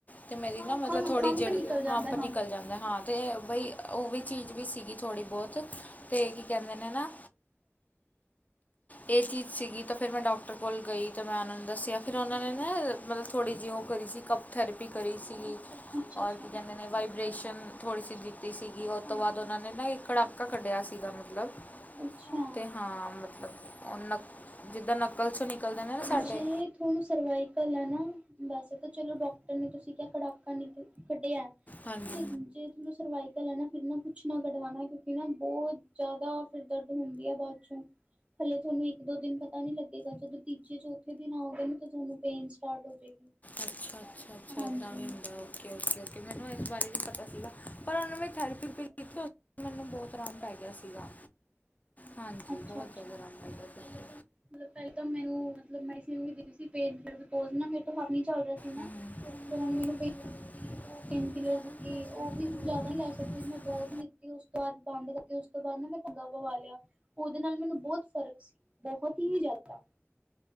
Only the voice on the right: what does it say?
ਹਮ
ਹੰਪ
ਨਿਕਲ ਜਾਂਦਾ
ਅੱਛਾ
ਅੱਛਾ।
ਹਾਂਜੀ।
ਅੱਛਾ।
ਜੇ ਤੁਹਾਨੂੰ ਸਰਵਾਈਕਲ ਆ ਨਾ ਵੈਸੇ ਤਾਂ ਚਲੋ ਡਾਕਟਰ ਨੇ ਤੁਸੀਂ ਕਿਹਾ ਕੜਾਕਾ ਨਿਕਲ ਕਡੇਆ ਹੈ
ਤੇ ਜੇ ਤੁਨੂੰ ਸਰਵਾਈਕਲ ਹੈ ਨਾ ਨਾ ਕੁਛ ਨਾ ਕਢਵਾਉਣਾ ਕਿਉਂਕਿ ਨਾ ਆ ਬਹੁਤ ਜ਼ਿਆਦਾ ਫਿਰ ਦਰਦ ਹੁੰਦੀ ਹੈ ਬਾਅਦ ਚੋਂ ਹਲੇੇ ਤੁਹਾਨੂੰ ਇੱਕ ਦੋ ਦਿਨ ਪਤਾ ਨੀ ਲੱਗੇਗਾ ਜਦੋਂ ਤੀਜੇ ਚੌਥੇ ਦਿਨ ਆਓਗੇ ਨਾ ਤਾਂ ਤੁਹਾਨੂੰ ਪੇਨ ਸਟਾਰਟ ਹੋ ਜਾਏਗੀ
ਹਾਂਜੀ
ਅੱਛਾ
ਅੱਛਾ
ਮਤਲਬ
ਪਹਿਲ ਤਾਂ ਮੈਨੂੰ ਮਤਲਬ ਨ ਮੈਡੀਸਿਨ ਵਿ ਦੇ ਰਹੀ ਸਿਗੀ ਨ, ਹਥ ਨਹੀਂ ਚੱਲ ਰਿਹਾ ਸੀ ਨਾ
ਤੇ
ਉਹ ਨੂੰ ਮੈਨੂੰ
ਪੇਨ ਕਿਲਰ
ਦਿੱਤੀ
ਉਹ ਵੀ
ਜ਼ਿਆਦਾ
ਨਹੀਂ ਲੈ
ਸਕਦੀ ਮੈਂ
ਦੋ ਦਿਨ ਦਿੱਤੀ ਉਸ ਤੋਂ ਬਾਅਦ ਬੰਦਤੇ ਉਸ ਤੋਂ ਬਾਅਦ ਨਾ ਮੈਂ ਧੰਗਾ ਪਵਾ ਲਿਆ ਉਹਦੇ ਨਾਲ ਮੈਨੂੰ ਬਹੁਤ ਫ਼ਰਕ ਸੀ ਬਹੁਤ ਹੀ ਜ਼ਿਆਦਾ